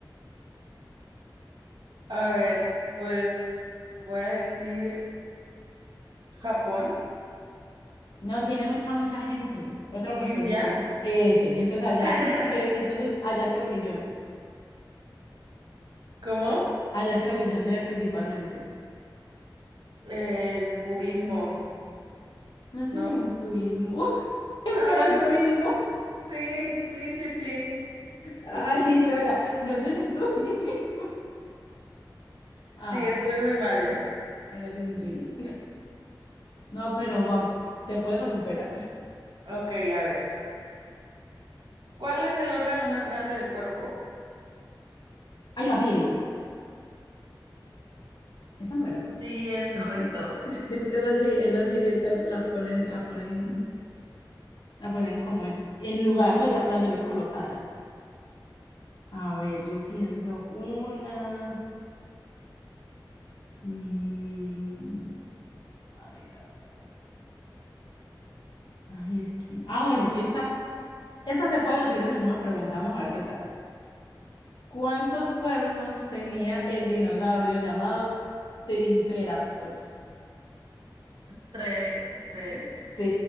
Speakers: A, on the right (about 65°); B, on the left (about 70°).
A: A ver, pues voy a decir Japón,
B: No, tiene mucha, mucha gente. Otra oportunidad.
A: India.
B: Ese, entonces allá,
A: <laughs>
B: ¿qué- entonces allá qué religión,
A: ¿Cómo?
B: allá qué religión se ve principalmente.
A: El budismo,
B: No es
A: ¿no?
B: el hinduismo, <laughs> es
A: Ah,
B: que era hinduismo.
A: <laughs> sí, sí, sí, sí.
B: Ay, yo era, no es el hinduismo. Ah,
A: Sí, estoy muy mal yo.
B: era el hinduismo. No, pero vamos, te puedes recuperar.
A: Ok, a ver. ¿Cuál es el órgano más grande del cuerpo?
B: Ay, la piel, esa no era.
A: Sí, es correcto.
B: O sí, <laughs> es que esa sí, esa sí, esta la ponen, la ponen, la ponen como en lugar, pues la, la suelen colocar. A ver, yo pienso una. mm, a ver, a ver, a ver. Ay, es que. Ah, bueno, esta, esta se puede decir en la misma pregunta. Vamos a ver qué tal. ¿Cuántos cuernos tenía el dinosaurio llamado Triceratops?
A: Tres, tres.
B: Sí,